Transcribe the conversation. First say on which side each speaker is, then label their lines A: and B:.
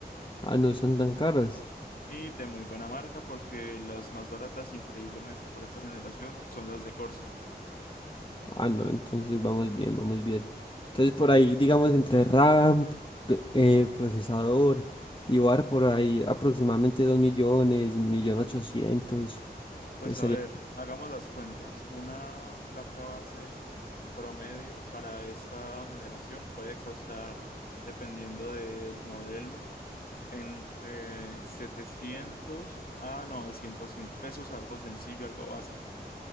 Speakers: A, on the left; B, on the left.
A: Ah, no son tan caras.
B: Y de muy buena marca porque las más baratas, increíblemente para esta generación, son las de Corsair.
A: Ah, no, entonces vamos bien, vamos bien. Entonces por ahí, digamos, entre RAM, g- eh, procesador y bar, por ahí aproximadamente 2 millones, 1 millón ochocientos,
B: Pues
A: eh, sería,
B: a ver, hagamos las cuentas. Una placa base promedio para esta generación puede costar, dependiendo del modelo, entre 700 a 900 mil pesos, algo sencillo, algo básico.